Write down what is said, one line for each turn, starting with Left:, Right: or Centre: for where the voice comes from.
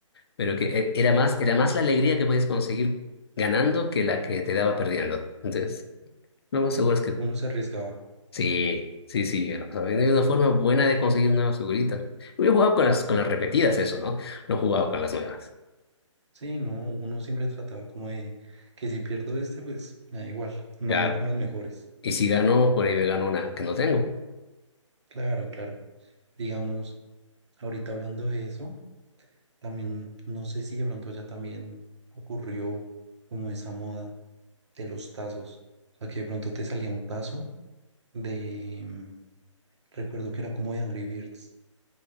Left: pero que eh, era más, era más la alegría que podías conseguir ganando que la que te daba perdiendo. Entonces, lo más seguro es que
Right: uno se arriesgaba.
Left: sí, sí, sí, a la pasaba bien. Hay una forma buena de conseguir nuevas figuritas. yo he jugado con las, con las repetidas, eso, ¿no? No he jugado con las nuevas.
Right: Sí, no, uno siempre trataba como de que si pierdo este, pues me da igual, no,
Left: Claro.
Right: no con los mejores.
Left: Y si gano por ahí me gano una que no tengo.
Right: Claro, claro. Digamos, ahorita hablando de eso, también no sé si de pronto ya también ocurrió como esa moda de los tazos. O sea, que de pronto te salía un tazo de, mm, recuerdo que era como de Angry Birds.